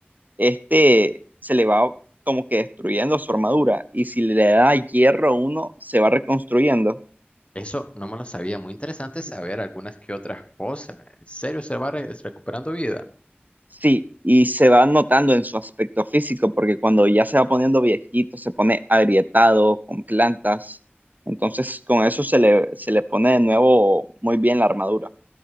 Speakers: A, on the right; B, on the left.
A: este se le va como que destruyendo su armadura? Y si le da hierro uno, se va reconstruyendo.
B: Eso no me lo sabía. Muy interesante saber algunas que otras cosas. ¿En serio se va re- recuperando vida?
A: Sí, y se va notando en su aspecto físico, porque cuando ya se va poniendo viejito, se pone agrietado, con plantas. Entonces, con eso se le, se le pone de nuevo muy bien la armadura.